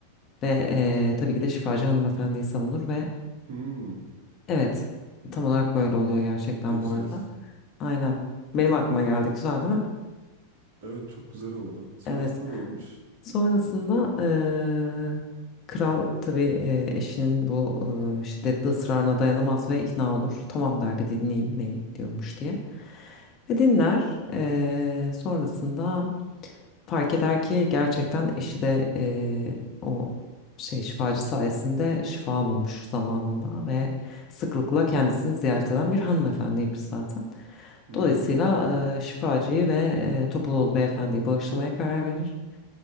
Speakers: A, on the left (about 35°); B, on the right (about 45°).
A: Ve eee, tabii ki de şifacı hanımefendiyi savunur ve
B: Hmm,
A: evet tam olarak böyle oluyor gerçekten
B: ne güzel.
A: bu arada. Aynen. Benim aklıma geldi. Güzel değil mi?
B: Evet çok güzel oldu. Sonrasında
A: Evet.
B: ne olmuş?
A: Sonrasında eee, kral tabii eee, eşinin bu eee, şiddetli ısrarına dayanamaz ve ikna olur. Tamam der bir dinleyeyim ne diyormuş diye. Ve dinler. Eee, sonrasında Fark eder ki gerçekten eşi de eee, o şey şifacı sayesinde şifa bulmuş zamanında ve sıklıkla kendisini ziyaret eden bir hanımefendiymiş zaten.
B: Hmm.
A: Dolayısıyla eee, şifacıyı ve eee, Topaloğlu beyefendiyi bağışlamaya karar verir.